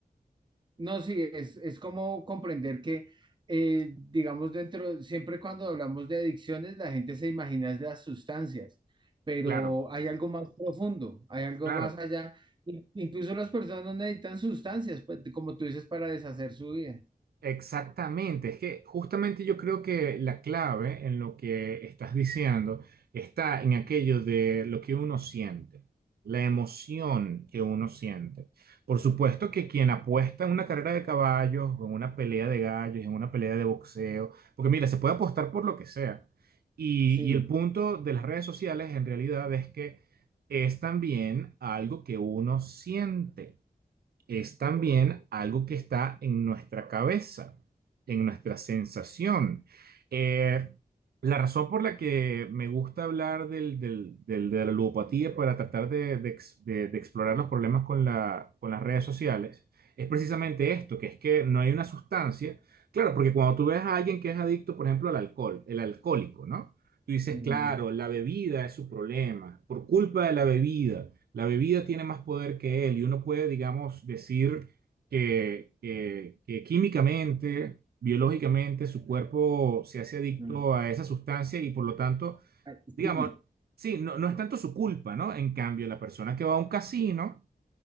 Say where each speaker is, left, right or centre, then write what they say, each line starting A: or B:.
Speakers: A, on the right; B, on the right.
A: no, sí, es, es como comprender que, eh, digamos, dentro, siempre cuando hablamos de adicciones, la gente se imagina es las sustancias, pero
B: Claro,
A: hay algo más profundo, hay algo
B: claro.
A: más allá. In- Incluso las personas no necesitan sustancias, pues, como tú dices, para deshacer su vida.
B: Exactamente, es que justamente yo creo que la clave en lo que estás diciendo está en aquello de lo que uno siente, la emoción que uno siente. Por supuesto que quien apuesta en una carrera de caballos, o en una pelea de gallos, en una pelea de boxeo, porque mira, se puede apostar por lo que sea. Y,
A: Sí.
B: y el punto de las redes sociales en realidad es que es también algo que uno siente es también algo que está en nuestra cabeza, en nuestra sensación. Eh, la razón por la que me gusta hablar del- del- del- de la ludopatía para tratar de, de ex- de- de explorar los problemas con la- con las redes sociales es precisamente esto, que es que no hay una sustancia. Claro, porque cuando tú ves a alguien que es adicto, por ejemplo, al alcohol, el alcohólico, ¿no? Tú dices,
A: ujú,
B: claro, la bebida es su problema, por culpa de la bebida. La bebida tiene más poder que él y uno puede, digamos, decir que, que- que químicamente, biológicamente, su cuerpo se hace adicto
A: ujú.
B: a esa sustancia y por lo tanto,
A: Ah,
B: digamos,
A: Sí,
B: sí, no, no es tanto su culpa, ¿no? En cambio, la persona que va a un casino